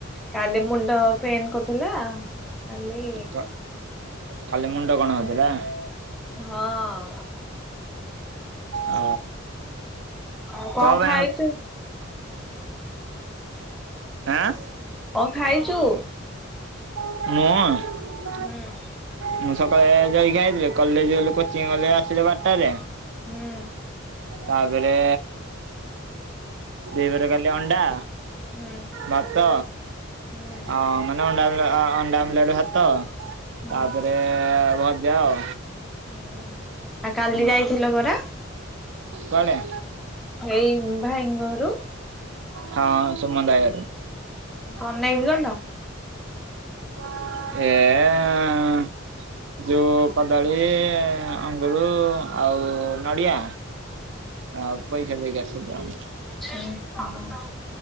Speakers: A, in the centre; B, on the right.
A: କାଲି ମୁଣ୍ଡ ପେନ୍ କରୁଥିଲା। କାଲି
B: କ କାଲି ମୁଣ୍ଡ କଣ ହଉଥିଲା?
A: ହଁ।
B: ଅ।
A: ଆଉ କଣ
B: ପାଇଁ
A: ଖାଇଛୁ?
B: ହଉଥିଲା? ଆଁ?
A: କଣ ଖାଇଛୁ?
B: ମୁଁ
A: ହୁଁ।
B: ମୁଁ ସକାଳେ ଜଲଖିଆ ଖାଇଥିଲି କଲେଜ କୋଚିଂ ଗଲି ଆସିଲି ବାରଟାରେ
A: ହୁଁ
B: ତାପରେ ଦ୍ୱିପହରରେ କଲି ଅଣ୍ଡା
A: ହୁଁ।
B: ଭାତ।
A: ହୁଁ
B: ହଁ ମାନେ ଅଣ୍ଡା ଆ ଅଣ୍ଡା ଆମ୍ଲେଟ ଭାତ
A: ହୁଁ
B: ତାପରେ ଭଜା ଆଉ।
A: ହୁଁ ଆଉ କାଲି
B: ହୁଁ
A: ଯାଇଥିଲ ପରା?
B: କୁଆଡେ?
A: ଏଇ ଭାଇଙ୍କ ଘରୁ?
B: ହଁ ସୁମନ୍ତ ଭାଇ ଘରକୁ।
A: କଣ ନେଇକି ଗଲ?
B: ଏଁ ଯଉ କଦଳୀ ଅଙ୍ଗୁରୁ ଆଉ ନଡ଼ିଆ। ହଁ ପଇସା ଦେଇକି ଆସିଲି ଆଉ।
A: ହୁଁ ହୁଁ